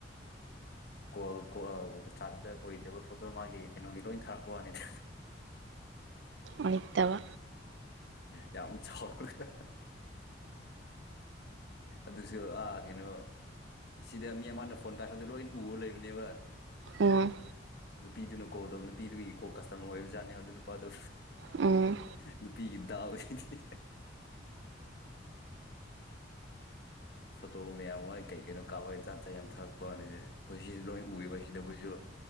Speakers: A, on the left; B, on the right.
A: ꯀꯣꯜ ꯆꯥꯠꯇꯣ ꯑꯣꯏꯗꯕ ꯐꯣꯇꯣ ꯃꯥꯒꯤ ꯀꯩꯅꯣꯒꯤ ꯂꯣꯏ ꯊꯥꯔꯛꯄ ꯋꯥꯅꯤꯗꯥ
B: ꯑꯣꯏꯇꯥꯕ
A: ꯌꯥꯝ ꯆꯥꯎꯔꯒ ꯑꯗꯨꯁꯨ ꯑꯥ ꯀꯩꯅꯣ ꯁꯤꯗ ꯃꯤ ꯑꯃꯅ ꯐꯣꯟ ꯐꯥꯢꯈꯠꯄꯥꯗ ꯂꯣꯏꯅ ꯎꯔ ꯂꯩꯕꯅꯦꯕ
B: ꯑꯣ
A: ꯅꯨꯄꯤꯗꯨꯅ ꯀꯣꯜ ꯇꯧꯕ ꯅꯨꯄꯤꯗꯨꯒꯤ ꯀꯣ ꯀꯁꯇꯥꯃꯥꯔ ꯑꯣꯏꯕꯖꯥꯠꯅꯦꯕ ꯑꯗꯨ ꯅꯨꯄꯥꯗꯨ
B: ꯑꯣ
A: ꯅꯨꯄꯤꯒꯤ ꯗꯥꯎꯖꯤꯗꯤ ꯐꯣꯇꯣ ꯃꯌꯥꯝ ꯃꯣꯏ ꯀꯩ ꯀꯩꯅꯣ ꯀꯥꯞꯄꯒꯒꯤ ꯖꯥꯠ ꯖꯥꯠ ꯌꯥꯝ ꯊꯥꯔꯛꯄꯅꯤ ꯑꯩꯈꯣꯏ ꯁꯤ ꯂꯣꯏ ꯎꯋꯦꯕ ꯁꯤꯗ ꯑꯩꯈꯣꯏꯁꯨ <unintelligible>